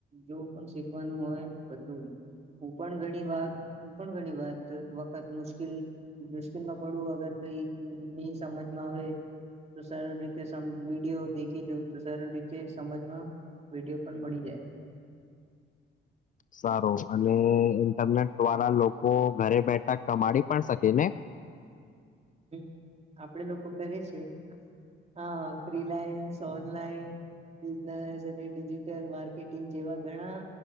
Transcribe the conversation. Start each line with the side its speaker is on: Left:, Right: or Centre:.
Right: જોવ પણ શીખવાનું હોય, બધું. હું પણ ઘણી વાર, હું પણ ઘણી વાત વખત મુશ્કિલ મુશ્કેલમાં પડું, અગર કંઈ ની સમજમાં આવે, તો સરળ રીતે સમ વિડીયો દેખી લઉં. તો, સરળ રીતે સમજમાં વિડીયો પણ બની જાય.
Left: સારો, અને ઇન્ટરનેટ દ્વારા લોકો ઘરે બેઠા કમાડી પણ શકે ને?
Right: હમ, આપડે લોકો કરીયે છીએ, હા ફ્રીલાઈન્સ, ઓનલાઈન, બિઝનેસ અને ડિજિટલ માર્કેટિંગ જેવા ઘણા